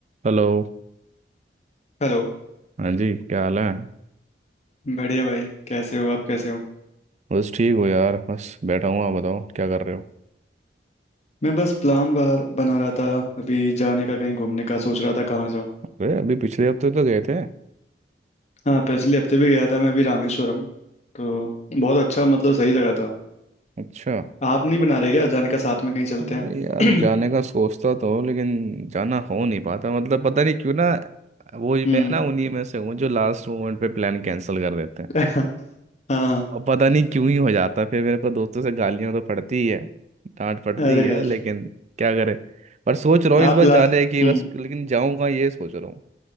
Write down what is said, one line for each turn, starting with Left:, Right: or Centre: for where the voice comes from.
Right: Hello
Left: हेलो
Right: हाँ जी क्या हाल है
Left: बढ़िया भाई कैसे हो आप कैसे हो
Right: बस ठीक हो यार बस बैठा हूँ आप बताओ क्या कर रहे हो
Left: मैं बस प्लान बाहर बना रहा था अभी जाने का कहीं घूमने का सोच रहा था कहाँ जाऊँ
Right: अरे अभी पिछले हफ्ते तो गए थे
Left: हाँ पिछले हफ्ते भी गया था मैं अभी रामेश्वरम तो बहुत अच्छा मतलब सही जगह था
Right: अच्छा
Left: आप नहीं बना रहे क्या जाने का साथ में कहीं चलते
Right: अरे
Left: हैं
Right: यार जाने का
Left: <clears throat>
Right: सोचता तो हूँ लेकिन जाना हो नहीं पाता मतलब पता नहीं क्यों ना वो ही मैं
Left: हम्म
Right: ना उन्हीं में से हूँ जो लास्ट मोमेंट पे प्लान कैंसिल कर देते हैं
Left: <laughs> हाँ हाँ
Right: और पता नहीं क्यों ही हो जाता है। फिर मेरे को दोस्तों से गालियाँ तो पड़ती ही है डांट पड़ती
Left: अरे
Right: ही है
Left: यार
Right: लेकिन क्या करे पर सोच रहा हूँ इस
Left: आप
Right: बार
Left: ला
Right: जाने की
Left: हम्म
Right: बस लेकिन जाऊँगा ये सोच रहा हूँ